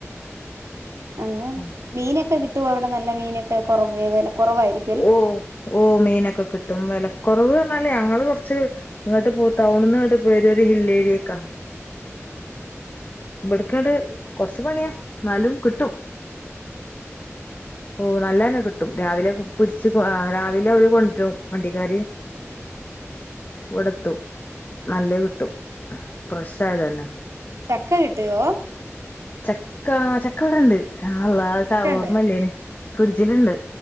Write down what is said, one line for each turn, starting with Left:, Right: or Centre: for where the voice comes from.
Right: ഏ
Left: ഉം
Right: മീനൊക്കെ കിട്ടുവോ അവിടെ നല്ല മീനൊക്കെ കുറ വില കുറവായിരിക്കു
Left: ഓ ഓ മീനൊക്കെ കിട്ടും വിലക്കൊറവ് പറഞ്ഞാല് ഞങ്ങള് കൊറച്ച് ഇങ്ങോട്ട് പോ ടൗണിന്ന് ഇങ്ങട്ട് പോര ഒരു ഹില്ലേരിയേക്കാ
Right: ഉംഹ് ഉംഹ് ഉംഹ്
Left: ഇവട്ക്കട് കൊറച്ചു പണിയാ എന്നാലും കിട്ടും
Right: കിട്ടും
Left: ഓ നല്ലന്നെ കിട്ടും രാവിലെ പിടിച്ച് രാവിലെ അവര് കൊണ്ട് വരും വണ്ടിക്കാര്
Right: ഉം
Left: ഇവിടെ എത്തും നല്ലത് കിട്ടും ഫ്രഷ് ആയതല്ലെ
Right: ചക്ക കിട്ടിയോ
Left: ചക്കാ ചക്ക ഇവിടെ ഇണ്ട് യാഅള്ളാ
Right: ചക്ക
Left: ഓർമല്ലേനി
Right: ഉണ്ട്
Left: ഫ്രിഡ്ജിലിണ്ട്